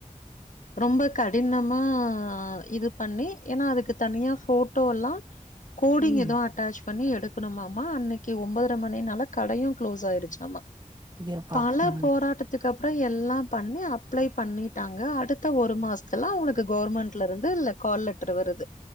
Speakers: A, on the left; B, on the right.
A: ரொம்ப கடினமா இது பண்ணி ஏனா அதுக்கு தனியா போட்டோல்லா கோடிங்
B: ம்
A: எதோ அட்டாச் பண்ணி எடுக்கணுமாமா அன்னைக்கு ஒன்பதர மணினால கடையு க்ளோஸ் ஆயிடுச்சாமா
B: ஐயோ பாவோ
A: பல போராட்டத் துக்கப்றோ எல்லா பண்ணி அப்ளை பண்ணிட்டாங்க அடுத்த ஒரு மாச த்துல அவுங்களுக்கு கவுர்மெண்ட்ல இருந்து லெ கால் லெட்டர் வருது